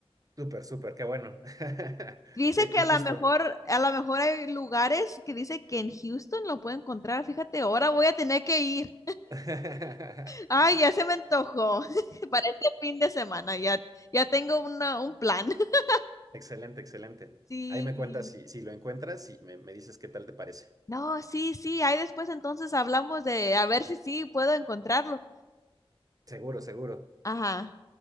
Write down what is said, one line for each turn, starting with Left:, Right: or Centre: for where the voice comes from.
Right: Súper, súper, qué bueno. <laughs>
Left: Dice
Right: Eh,
Left: que
Right: y
Left: a
Right: justo.
Left: lo mejor, a lo mejor hay lugares que dice que en Houston lo puede encontrar. Fíjate, ahora voy a tener que ir.
Right: <laughs>
Left: Ay, ya se me antojó <laughs> para este fin de semana. Ya, ya tengo una, un plan. <laughs>
Right: Excelente, excelente.
Left: Sí.
Right: Ahí me cuentas si, si lo encuentras y me, me dices qué tal te parece.
Left: No, sí, sí. Ahí después entonces hablamos de a ver si sí puedo encontrarlo.
Right: Seguro, seguro.
Left: Ajá.